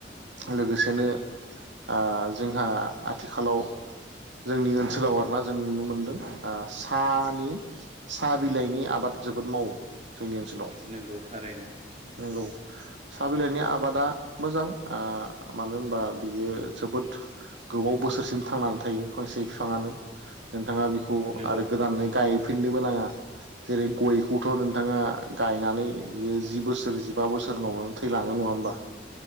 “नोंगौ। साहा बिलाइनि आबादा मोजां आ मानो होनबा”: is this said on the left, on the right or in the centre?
Right